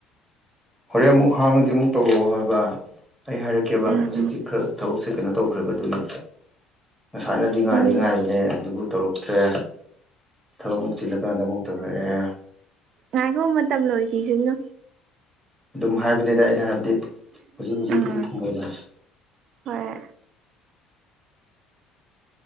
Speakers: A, in the centre; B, on the right (about 50°).
A: ꯍꯣꯔꯦꯟ ꯑꯃꯨꯛ ꯍꯥꯡꯉꯗꯤ ꯑꯃꯨꯛ ꯇꯧꯔꯛꯑꯣ ꯍꯥꯏꯕ ꯑꯩ ꯍꯥꯏꯔꯛꯀꯦꯕ
B: ꯎꯝ
A: ꯍꯧꯖꯤꯛꯇꯤ ꯈꯔ ꯊꯕꯛꯁꯦ ꯀꯩꯅꯣ ꯇꯧꯈ꯭ꯔꯦꯕ ꯑꯗꯨꯒꯤ ꯉꯁꯥꯏꯅꯗꯤ ꯉꯥꯏꯗꯤ
B: ꯎꯝ
A: ꯉꯥꯏꯕꯅꯦ ꯑꯗꯨꯕꯨ ꯇꯧꯔꯛꯇ꯭ꯔꯦ ꯊꯕꯛꯃꯨꯛ ꯆꯤꯜꯂꯀꯥꯟꯗ ꯑꯃꯨꯛ ꯇꯧꯔꯛꯑꯦ
B: ꯉꯥꯏꯀꯣ ꯃꯇꯝ ꯂꯣꯏꯒꯤꯖꯅꯨ
A: ꯑꯗꯨꯝ ꯍꯥꯏꯕꯅꯤꯗ ꯑꯩꯅ ꯍꯥꯏꯕꯗꯤ ꯍꯧꯖꯤꯛ ꯍꯧꯖꯤꯛꯄꯨꯗꯤ
B: ꯎꯝ
A: ꯊꯝꯃꯣꯏꯗ
B: ꯍꯣꯏ